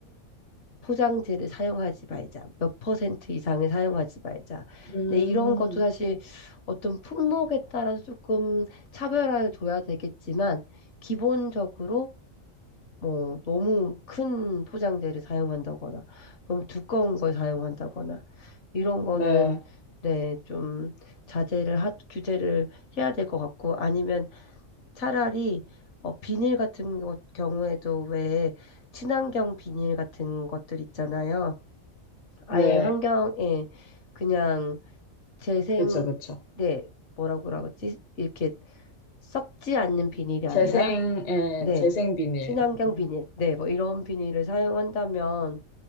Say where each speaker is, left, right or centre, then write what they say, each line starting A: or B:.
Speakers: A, on the left (about 60°); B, on the left (about 40°).
A: 포장재를 사용하지 말자. 몇 퍼센트 이상을 사용하지 말자.
B: 음,
A: 근데 이런 것도 사실 어떤 품목에 따라서 조금 차별화를 둬야 되겠지만, 기본적으로 뭐 너무 큰 포장재를 사용한다거나 너무 두꺼운 걸 사용한다거나 이런 거는
B: 네.
A: 네, 좀 자제를 하, 규제를 해야 될 것 같고 아니면 차라리 어, 비닐 같은 것 경우에도 왜 친환경 비닐 같은 것들 있잖아요. 아예
B: 네.
A: 환경에 그냥 재생
B: 그쵸, 그쵸.
A: 네, 뭐라고 그러지? 이렇게 썩지 않는 비닐이
B: 재생,
A: 아니라
B: 예,
A: 네.
B: 재생 비닐.
A: 친환경
B: 음, 음.
A: 비닐. 네, 뭐 이런 비닐을 사용한다면,